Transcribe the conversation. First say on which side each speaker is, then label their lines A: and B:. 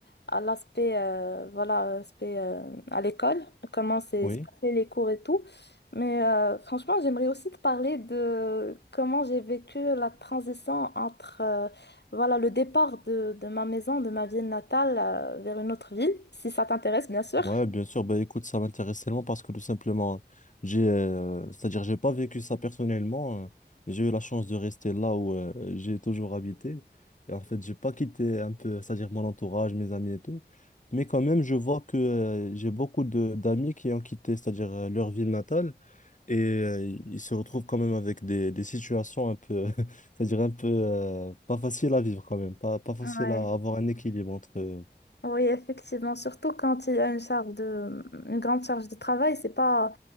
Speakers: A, on the left; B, on the left.
A: à l'aspect, euh, voilà, aspect, euh, à l'école, comment c'est
B: Oui,
A: se passaient les cours et tout. Mais euh, franchement, j'aimerais aussi te parler de comment j'ai vécu la transition entre, euh, voilà, le départ de, de ma maison, de ma ville natale, euh, vers une autre ville, si ça t'intéresse, bien sûr.
B: ouais, bien sûr. Bah, écoute, ça m'intéresse tellement parce que tout simplement, j'ai, euh, c'est-à-dire, j'ai pas vécu ça personnellement. euh, j'ai eu la chance de rester là où euh, j'ai toujours habité. Et en fait, j'ai pas quitté un peu, c'est-à-dire mon entourage, mes amis et tout. Mais quand même, je vois que euh, j'ai beaucoup de d'amis qui ont quitté, c'est-à-dire euh, leur ville natale, et euh, ils se retrouvent quand même avec des, des situations un peu, <laughs> c'est-à-dire un peu euh, pas faciles à vivre quand même, pas pas facile
A: Ouais.
B: à avoir un équilibre entre. euh,
A: Oui, effectivement, surtout quand il y a une charge de, une grande charge de travail, c'est pas,